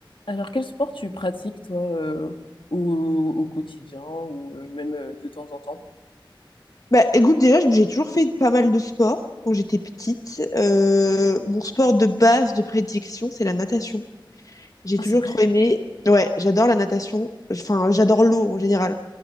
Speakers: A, on the left; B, on the left.
A: Alors, quel sport tu pratiques, toi, euh, au, au quotidien ou euh, même euh, de temps en temps?
B: Bah, écoute, déjà, j'ai toujours fait pas mal de sport quand j'étais petite. Euh, mon sport de base de prédilection, c'est la natation. J'ai
A: Ah,
B: toujours
A: c'est vrai?
B: trop aimé. Ouais, j'adore la natation. Enfin, j'adore l'eau en général.